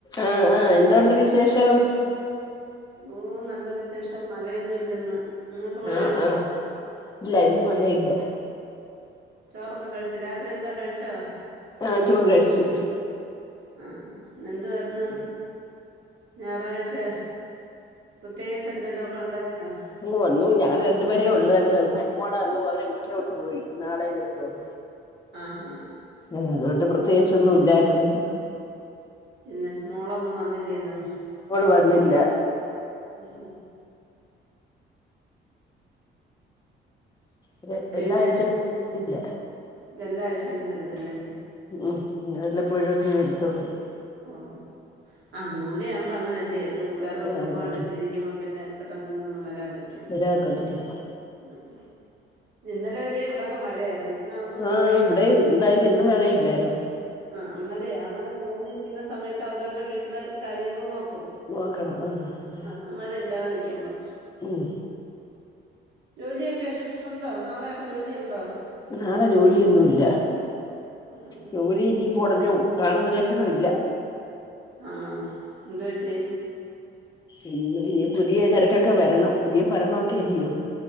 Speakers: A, on the left; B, on the right.
A: ആഹ് ആഹ് എന്തോണ്ട് വിശേഷം
B: ഓഹ് നല്ല വിശേഷം മഴയൊന്നും ഇല്ലെന്ന് നിങ്ങൾക്ക് മഴയുണ്ടോ
A: ആഹ് ആഹ് ഇല്ല ഇന്ന് മഴയില്ല
B: ചോറൊക്കെ കഴിച്ച രാത്രി എന്താ കഴിച്ചോ
A: ആഹ് ചോറ് കഴിച്ച്
B: ആഹ് എന്തുവായിരുന്നു ഞായറാഴ്ച പ്രത്യേകിച്ച് എന്തെല്ലോ ഒക്കെ ഇണ്ടാക്കിനോ
A: ഓഹ് ഇന്നു ഞങ്ങള് രണ്ടുപേരേ ഉള്ളതായിരരുന്നു മന്മോളെ വന്നു അവരെ വീട്ടിലോട്ട് പോയി നാളെ വരുത്തള്ളൂ
B: ആഹ് ആഹ്
A: ആ അതുകൊണ്ട് പ്രത്യേകിച്ചൊന്നും ഇല്ലായിരുന്നു
B: ഇല്ല മോളൊന്നും വന്നില്ലേയ്ന്നോ
A: മോള് വന്നില്ല
B: ഉം
A: ഇത്
B: പിന്നെ
A: എല്ലാ ആഴ്ചയിലും ഇല്ല
B: വല്യ ആവിശ്യം ഒന്നും വരത്തില്ലേ അതിന്റെ
A: ഉം വല്ലപ്പോഴും ഒക്കെ വരുത്തുള്ളൂ
B: ആഹ് ആ ദൂരെ ആവുമ്പോ അങ്ങനല്ലേ ഒരു വേറെ കുടുംബമായിട്ട്
A: ആഹ്
B: ജീവിക്കുമ്പോ പിന്നെ പെട്ടെന്നന്ന് ഒന്നും വരാൻ പറ്റോ
A: വരാൻ ഒക്കത്തില്ല
B: ആഹ് ഇന്നലെ വരെ ഇവിടൊക്കെ മഴയായിരുന്നു ഇന്നാ ഒന്ന്
A: ആഹ്
B: തോന്ന
A: ഇവിടെയും എന്തായാലും ഇന്ന് മഴ ഇല്ലായിരുന്നു
B: ആ അന്നേരേ അങ്ങനെ തോന്നിക്കുന്ന സമയത്ത് അവരവരുടെ വീട്ടില് കാര്യങ്ങള് നോക്കും
A: നോക്കണം ആഹ് അതെ
B: ആഹ് മഴ ഇല്ലാതെ നിക്കുബോ
A: ഉം
B: ജോലിയൊക്കെ ഉണ്ടോ നാളെയൊക്കെ ജോലിയ ഉണ്ടോ
A: നാളെ ജോലിയൊന്നുല്ല
B: ഉം
A: ജോലി ഇനിപ്പോ ഉടനെ കാണുന്ന ലക്ഷണ ഇല്ല
B: ആണോ എന്ത്‌ പറ്റി
A: ഇന്ന് ഇനി പുതിയ ചരക്കൊക്കെ വരണം പുതിയ ഫരണൊക്കെ അല്ലയോ